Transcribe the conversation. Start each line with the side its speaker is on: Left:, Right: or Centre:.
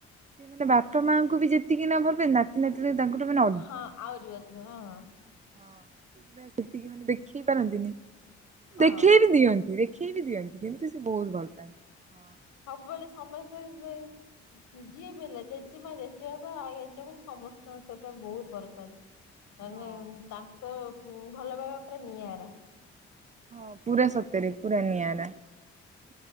Right: ସେମାନେ ବାପା ମାଙ୍କୁବି ଯେତିକି ନଭବେନା <inaudible>
Left: ହଁ ଆଉ <unintelligible> ହଁ-ହଁ-ହୁଁ।
Right: ହଁ ସେତିକି ମାନେ ଦେଖେଇ ପାରନ୍ତିନି
Left: ହଁ
Right: ଦେଖେଇ ବିି ଦିଅ ଦେଖେଇ ବିି ଦିଅନ୍ତି କିନ୍ତୁ ସେ ବହୁତ୍ ଭଲ୍ ପାଆନ୍ତି। ହଁ
Left: ସବୁବେଳେ ସମୟ <inaudible> ଯିଏ ବି ହେଲା ଜେଜେମା ଜେଜେ ବାପା <unintelligible> ହଉ ସମସ୍ତଙ୍କ ସେଥିପାଇଁ ବହୁତ୍ ଭଲ୍ ପା ମାନେ
Right: ହଁ
Left: ତାଙ୍କ ଭଲ ପାଇବା ପୁରା ନିଆରା।
Right: ହଁ ପୁରା ସତେରେ ପୁରା ନିଆରା।